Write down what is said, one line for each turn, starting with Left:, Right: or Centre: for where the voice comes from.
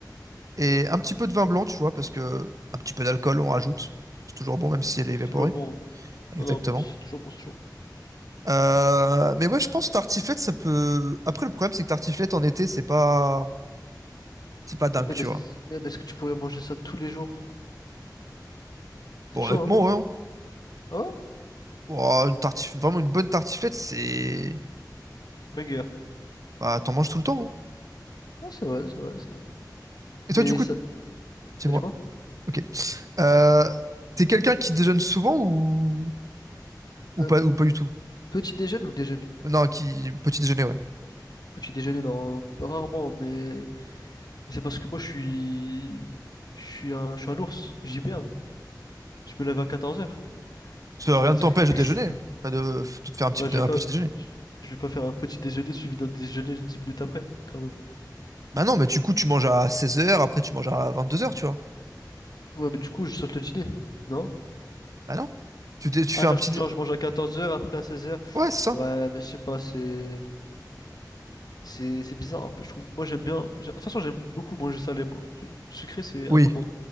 Right: et un petit peu de vin
Left: ouais.
Right: blanc, tu vois, parce que un petit peu d'alcool, on rajoute. C'est toujours bon, même
Left: Oh,
Right: si elle est évaporée.
Left: C'est toujours bon. hein.
Right: Exactement.
Left: Non, non, mais c'est toujours bon, c'est toujours bon.
Right: Euh, mais ouais, je pense que tartiflette, ça peut. Après, le problème, c'est que tartiflette en été, c'est pas, c'est pas dingue,
Left: Et même,
Right: tu
Left: est-ce-
Right: vois.
Left: même est-ce que tu pourrais manger ça tous les jours? C'est
Right: Bon,
Left: chaud,
Right: honnêtement,
Left: hein?
Right: ouais. hein.
Left: Ah ouais?
Right: Oh, une tartif... Vraiment, une bonne tartiflette, c'est.
Left: C'est banger.
Right: Bah, t'en manges tout le temps. hein.
Left: Ah, c'est vrai, c'est vrai, c'est vrai.
Right: Et toi,
Left: Mais
Right: du coup,
Left: ça...
Right: dis-moi.
Left: Bah, dis-moi.
Right: Ok. Euh, t'es quelqu'un qui déjeune souvent ou... ou
Left: Euh,
Right: pas ou pas du tout?
Left: petit déjeuner ou déjeuner?
Right: Non, qui petit déjeuner, ouais.
Left: Petit déjeuner, non, rarement, mais, mais c'est parce que moi je suis. Je suis un, je suis un ours, j'hiberne. Je me lève à 14h.
Right: Ça,
Left: Ça
Right: rien
Left: veut dire
Right: ne t'empêche
Left: que
Right: de déjeuner,
Left: <laughs>
Right: enfin, de, de te faire un petit,
Left: bah, je
Right: un
Left: vais pas.
Right: petit déjeuner.
Left: Je je vais pas faire un petit déjeuner suivi d'un déjeuner 10 minutes après, quand même.
Right: Bah non, mais du coup, tu manges à seize heures après tu manges à vingt-deux heures tu vois.
Left: Ouais, mais du coup, je saute le dîner, non?
Right: Bah non. Tu, dé- tu
Left: Ah,
Right: fais un
Left: genre,
Right: petit.
Left: je-
Right: dé-
Left: genre je mange à 14h, après à 16h.
Right: Ouais, c'est ça.
Left: Ouais, mais je sais pas, c'est. C'est c'est bizarre un peu, je trouve. Moi, j'aime bien. j'ai- De toute façon, j'aime beaucoup manger salé, moi. Je- Sucré, c'est
Right: Oui.
Left: un peu moins.